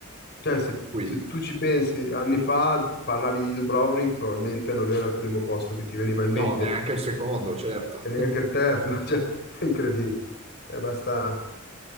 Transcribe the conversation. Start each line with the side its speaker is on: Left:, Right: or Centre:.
Left: Cioè, se,
Right: Qui,
Left: se tu ci pensi, anni fa parlavi di Dubrovnik, probabilmente non era il primo posto che ti veniva in mente,
Right: no, neanche il secondo, certo.
Left: e neanche
Right: <laughs>
Left: il terzo, <laughs> cioè, è incredibile. Eh, basta...